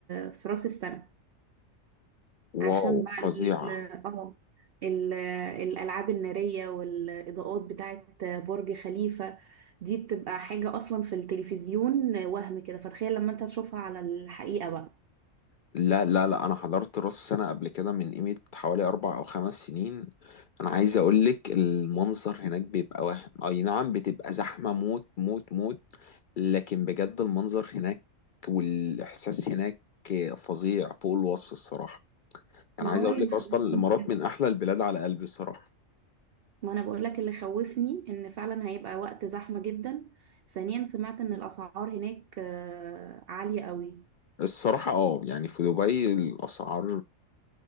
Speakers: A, on the right (about 60°); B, on the left (about 65°).
A: في راس السنه عشان
B: واو
A: بقى
B: فظيعه
A: ال- اه ال- الالعاب الناريه والاضاءات بتاعه برج خليفه دي بتبقى حاجه اصلا في التلفزيون وهم كده فتخيل لما انت تشوفها على الحقيقه بقى
B: لا لا لا انا حضرت راس سنه قبل كده من قيمه حوالي اربع او خمس سنين انا عايز اقول لك المنظر هناك بيبقى وهم اي نعم بتبقى زحمه موت موت موت لكن بجد المنظر هناك والإحساس هناك فظيع فوق الوصف الصراحة يعني
A: ما
B: عايز
A: هو
B: أقول
A: اللي
B: لك
A: مخوفني
B: أصلا الإمارات من أحلى البلاد على قلبي الصراحة
A: ما انا بقول لك اللي خوفني ان فعلا هيبقى وقت زحمة جدا ثانيا سمعت ان الاسعار هناك آه، عالية قوي
B: الصراحة اه يعني في دبي الأسعار